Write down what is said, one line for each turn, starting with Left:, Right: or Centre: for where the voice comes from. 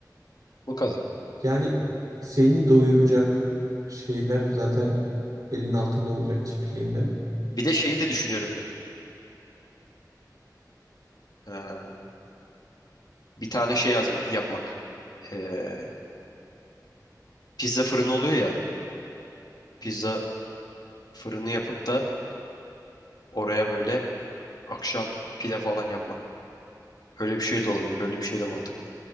Left: Bu kadar.
Right: Yani seni doyuracak şeyler zaten elin altında olacak çiftliğinde.
Left: Bir de şeyi de düşünüyorum. Ha, bir tane şey yazma, yapmak. Ee, pizza fırını oluyor ya. Pizza fırını yapıp da oraya böyle akşam pide falan yapmak. Öyle bir şey de olabilir. Öyle bir şey de mantıklı.